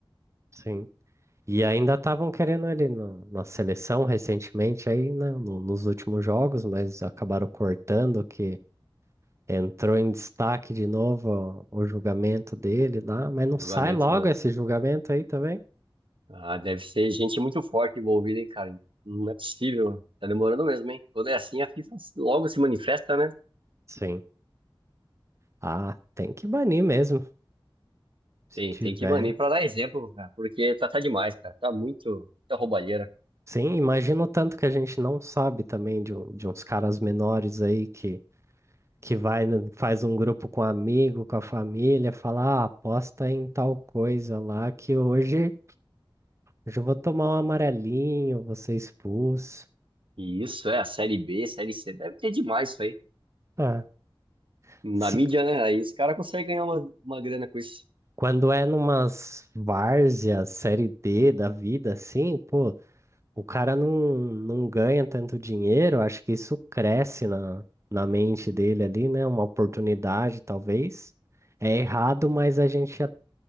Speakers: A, on the right (about 35°); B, on the right (about 75°).
A: Sim. E ainda estavam querendo ele no- na seleção recentemente aí, né? no- nos últimos jogos, mas acabaram cortando que entrou em destaque de novo o, o julgamento dele lá, mas não
B: o julgamento,
A: sai logo
B: né?
A: esse julgamento aí também?
B: Ah, deve ser gente muito forte envolvida, hein, cara? Não é possível. Tá demorando mesmo, hein? Quando é assim, a FIFA logo se manifesta, né?
A: Sim. Ah, tem que banir mesmo. Se
B: Tem,
A: tiver,
B: tem que banir pra dar exemplo, cara, porque tá, tá demais, cara. Tá muito, muita roubalheira.
A: Sim, imagino tanto que a gente não sabe também de, um- de uns caras menores aí que, que vai, no- faz um grupo com amigo, com a família, fala, ah, aposta em tal coisa lá que hoje, hoje eu vou tomar um amarelinho, vou ser expulso.
B: E isso é a Série B, Série C. Deve ter demais isso aí.
A: Ah,
B: Na
A: se,
B: mídia, né? Aí os caras conseguem ganhar uma, uma grana com isso.
A: quando é numas várzeas, série D da vida, assim, pô, o cara não, não ganha tanto dinheiro, acho que isso cresce na, na mente dele
B: Enfim,
A: ali, né? Uma oportunidade, talvez. É errado, mas a gente, a-